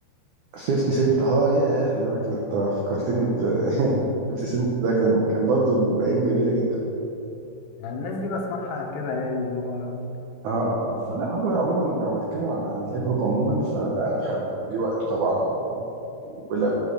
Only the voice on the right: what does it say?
50 سنت اه ياه يا راجل انت فكرتني ب <laughs> 50 سنت ده كان كان برضو الايام جميله جدا
اه اه فلا هو عموما لو هتكلم عن عن الهيب هوب عموما فلا انا بحبه وليه وقته طبعا ولو